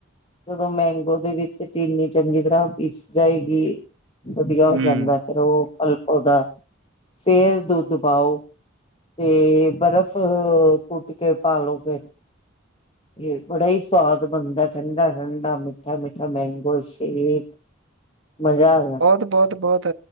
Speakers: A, on the left; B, on the right.
A: ਜਦੋਂ ਮੈਂਗੋ ਦੇ ਵਿੱਚ ਚੀਨੀ ਚੰਗੀ ਤਰ੍ਹਾਂ ਪੀਸ ਜਾਏਗੀ। ਵਧੀਆ ਹੋ
B: ਹਮ
A: ਜਾਂਦਾ ਫੇਰ ਉਹ ਪੁਲਪ ਓਹਦਾ ਫੇਰ ਦੁੱਧ ਪਾਓ। ਤੇ ਬਰਫ਼ ਕੁੱਟ ਕੇ ਪਾਲੋ ਫੇਰ ਇਹ ਬੜਾ ਹੀ ਸਵਾਦ ਬਣਦਾ ਠੰਡਾ ਠੰਡਾ ਮਿੱਠਾ ਮਿੱਠਾ ਮੈਂਗੋ ਸ਼ੇਕ ਮਜ਼ਾ ਅਜੰਦਾ
B: ਬਹੁਤ ਬਹੁਤ ਬਹੁਤ